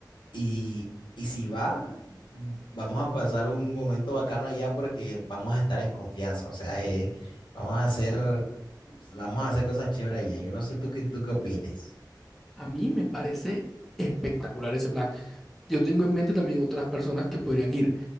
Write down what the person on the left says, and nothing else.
Y, y si va, vamos a pasar un momento bacano allá porque vamos a estar en confianza. O sea, eh, vamos a hacer, vamos a hacer cosas chéveres allá. Yo no sé tú qué, tú qué opines.